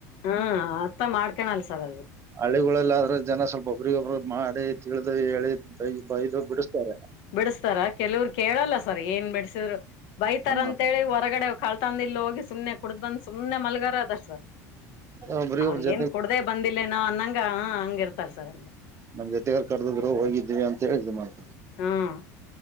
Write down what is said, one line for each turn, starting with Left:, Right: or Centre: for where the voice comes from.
Left: ಹ್ಮ್ ಅರ್ಥ ಮಾಡ್ಕಣಲ್ಲ ಸರ್ ಅದು.
Right: ಹಳ್ಳಿಗಳಲ್ಲ್ ಆದ್ರೆ ಜನ ಸ್ವಲ್ಪ ಒಬ್ರಿಗೊಬ್ರು ಮಾಡಿ ತಿಳಿದು ಹೇಳಿ ಬೈದು ಬಿಡಿಸ್ತಾರೆ.
Left: ಬಿಡಿಸ್ತಾರ ಕೆಲವರು ಕೇಳಲ್ಲ ಸರ್ ಏನ್ ಬಿಡ್ಸಿದ್ರು ಬೈತಾರ
Right: ಆದ್ರೆ
Left: ಅಂತೇಳಿ ಹೊರಗಡೆ ಕಳ್ತನದಿಲ್ ಹೋಗಿ ಸುಮ್ನೆ ಕುಡುದ್ ಬಂದ್ ಸುಮ್ನೆ ಮಲ್ಗಾರ್ ಅದಾರ್ ಸರ್.
Right: ಒಬ್ರಗ
Left: ಅವ್ರ್
Right: ಒಬ್ರ ಜೊತೆ
Left: ಏನ್ ಕುಡ್ದೇ ಬಂದಿಲ್ಲೇನೋ ಅನ್ನಂಗ ಹಾ ಹಂಗಿರ್ತಾರ್ ಸರ್ ಹಂಗ.
Right: ನಮ್ ಜೊತೆಗೆ ಕರ್ದಿದ್ರು ಹೋಗಿದ್ದೀವಿ ಅಂತ ಹೇಳಿ ಇದ್ ಮಾಡ್
Left: ಹ್ಮ್